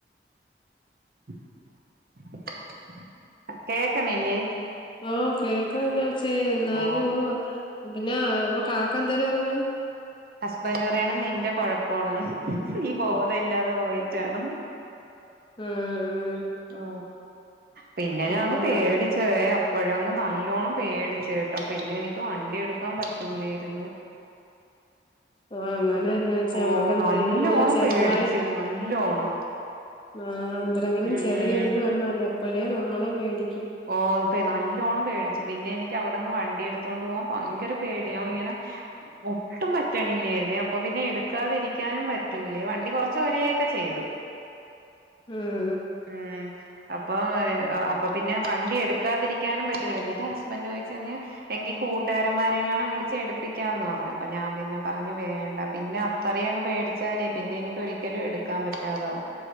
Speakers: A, on the right; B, on the left.
A: <unintelligible> കേക്കണില്ലേ
B: ഓ കേക്കാ എന്നാച്ചേ എന്നാലും
A: ഓ
B: പിന്നെ ഇപ്പ കാക്ക എന്തര് പറഞ്ഞ്
A: ഹസ്ബൻറ് പറയാണ് നിന്റെ കൊഴപ്പാണെന്ന് നീ ബോധം ഇല്ലാതെ പോയിട്ടാണെന്ന്
B: ഉം ഉം
A: ഓ... പിന്നെ ഞാനങ്ങ്
B: ഉം
A: പേടി ഛേ അപ്പോഴങ്ങ് നല്ലോണം പേടിച്ചു കേട്ടാ പിന്നെ എനിക്ക് വണ്ടി എടുക്കാൻ പറ്റ.. ൂലായിരുന്നു <inaudible>
B: ഓ അങ്ങനെന്നാന്നുവെച്ചാ
A: ഓ
B: നമ്മക്കന്ത്രയ്നും
A: നല്ലോണം
B: ഇങ്ങനെ ചെറുതായിട്ട്
A: പേടിച്ച് നല്ലോണം
B: ആ എന്തെരെങ്കിലും
A: ഉം
B: ചെറിയൊരിത് വന്നാ മതി അപ്പോഴേ നമ്മള് പേടിക്കും
A: ഓ നല്ലോണ്ണം പേടിച്ചു പിന്നെ എനിക്ക് അവിടെന്ന് വണ്ടി എടുത്തോണ്ട് പോവാൻ പങ്കര പേടിയാ ഞാൻ ഇങ്ങനെ ഒട്ടും പറ്റണില്ലായിരുന്നേ അപ്പൊ പിന്നെ എടുക്കാതിരിക്കാനും പറ്റൂലേ വണ്ടി കുറച്ച് കൊറച്ചു വരികൊക്കെ ചെയ്തു
B: ഉം
A: ഉം അപ്പൊ. അപ്പൊ പിന്നെ വണ്ടി എടുക്കാതിരിക്കാനും പറ്റൂല എന്നിട്ട് ഹസ്ബന്റ് ചോദിച് നീ എങ്കി കൂട്ടുകാരന്മാരെ എങ്ങാനം വിളിച്ച് എടുപ്പിക്കാന്ന് പറഞ്ഞു. അപ്പൊ ഞാൻ പിന്നെ പറഞ്ഞു വേണ്ട. പിന്നെ അറി അങ്ങ് പേടിച്ചാലേ പിന്നെ എനിക്ക് ഒരിക്കലും എടുക്കാൻ പറ്റാതാവും